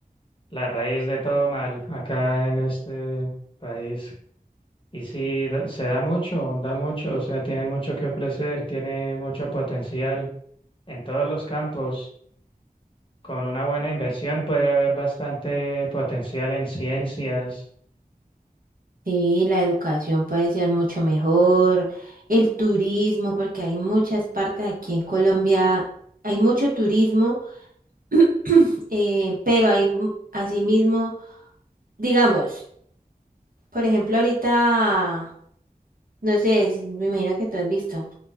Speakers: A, on the left; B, on the right.
A: la raíz de todo mal acá en este país. Y sí, da- se da mucho, da mucho, o sea, tiene mucho que ofrecer, tiene mucho potencial en todos los campos. Con una buena inversión puede haber bastante potencial en ciencias
B: Sí, la educación puede ser mucho mejor, el turismo, porque hay muchas partes aquí en Colombia, hay mucho turismo, <clears throat> eh, pero hay mu- asimismo, digamos, por ejemplo, ahorita, no sé, si- me imagino que tú has visto,